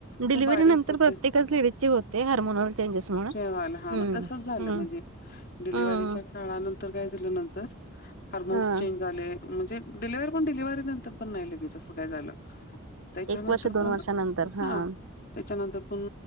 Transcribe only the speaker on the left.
खूप बारीक
प होते
जेवायला
तसच झाल
म्हनजे डिलिव्हरीच्या
काळानंतर काय झालं नंतर हार्मोन्स
चेंज झाले म्हणजे डिलेव्ह पण डिलव्हारी नंतर पण नाही लगेच असं काय झाल त्याच्यानंतर
पण
हा त्याच्यानंतर पण